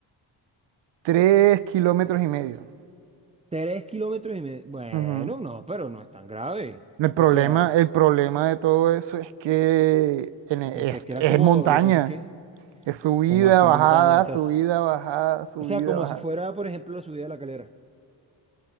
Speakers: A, on the right (about 80°); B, on the right (about 15°).
A: tres kilómetros y medio.
B: Tres kilómetros y medio. Bueno,
A: Ujú.
B: no, pero no es tan grave.
A: El
B: O
A: problema,
B: sea,
A: el problema de todo eso es que en e-
B: yo pensé
A: es,
B: que era
A: es
B: como,
A: montaña,
B: yo pensé que,
A: es subida,
B: como así
A: bajada,
B: montaña, o sea,
A: subida,
B: s-
A: bajada, subida,
B: o sea, como
A: bajada.
B: si fuera, por ejemplo, la subida de la calera.